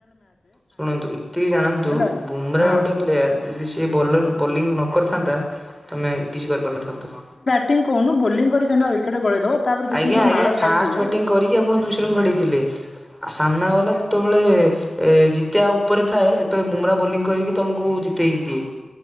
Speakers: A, in the centre; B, on the left.
A: ଶୁଣନ୍ତୁ ଏତିକି ଜାଣନ୍ତୁ
B: ହେଲା
A: ବୁମ୍ରା
B: ହଁ
A: ଗୋଟେ ପ୍ଲେୟାର ଯଦି ସିଏ ବଲର
B: ହୁଁ
A: ବୋଲିଙ୍ଗ ନ କରିଥାନ୍ତା ତମେ କିଛି କରିପାରୁିନଥାନ୍ତ।
B: ଟିଂ କହୁନୁ ବୋଲିଂ କରି ସିନା ୱିକେଟ ଗଳେଇଦବ। ତାପରେ ଯେତିକି
A: ଆଜ୍ଞା
B: ସବୁ
A: ଆଜ୍ଞା
B: ମାଡ
A: ଫାଷ୍ଟ
B: ଖାଇଥିବେ
A: ବ୍ୟାଟିଂ କରିକି ଆପଣ ଦୁଇଶହ ରନ୍ ବାଡେଇଥିଲେ। ଆଉ ସାମ୍ନା ବାଲା ଯେତବେଳେ ଏ ଜିତିବା ଉପରେ ଥାଏ ସେତବେଳେ ବୁମ୍ରା ବୋଲିଂ କରିକି ତମୁକୁ ଜିତେଇ ଦିଏ।